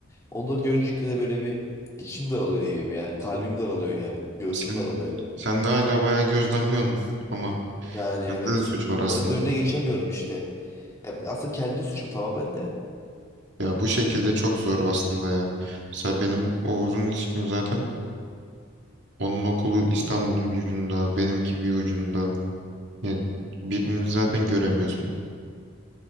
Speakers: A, on the left (about 15°); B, on the right (about 65°).
A: Onları görünce de böyle bir içim daralıyor diyeyim yani. Kalbim daralıyor yani. Göğsüm
B: Sen,
A: daralıyor.
B: sen de hala bayağı gözlemliyorsun ama
A: Yani evet.
B: sende de suç var aslında.
A: Ön- önüne geçemiyorum işte. Ya aslında kendi suçum tamamen de.
B: Ya bu şekilde çok zor aslında ya. Mesela benim o ilişkim zaten onun okulu İstanbul'un bir ucunda, benimki bir ucunda. Yani birbirini zaten göremiyorsun.